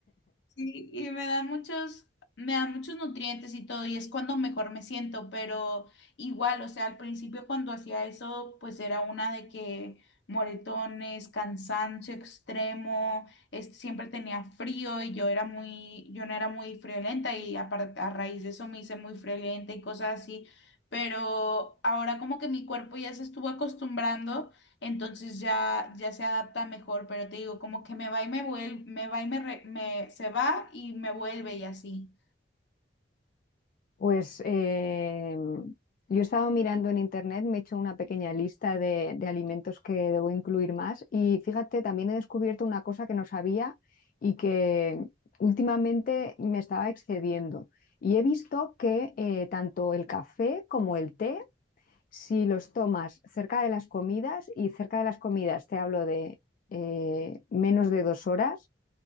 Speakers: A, on the left (about 65°); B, on the left (about 50°).
A: Sí, y me dan muchos, me dan muchos nutrientes y todo, y es cuando mejor me siento, pero igual, o sea, al principio cuando hacía eso, pues era una de que moretones, cansancio extremo, es- siempre tenía frío y yo era muy, yo no era muy friolenta y apar- a raíz de eso me hice muy friolenta y cosas así, pero ahora como que mi cuerpo ya se estuvo acostumbrando entonces ya, ya se adapta mejor, pero te digo, como que me va y me vuelve, me va y me, re- me- se va y me vuelve y así.
B: Pues eh, yo he estado mirando en internet, me he hecho una pequeña lista de, de alimentos que debo incluir más y fíjate, también he descubierto una cosa que no sabía y que últimamente me estaba excediendo. Y he visto que eh, tanto el café como el té, si los tomas cerca de las comidas y cerca de las comidas, te hablo de eh, menos de dos horas,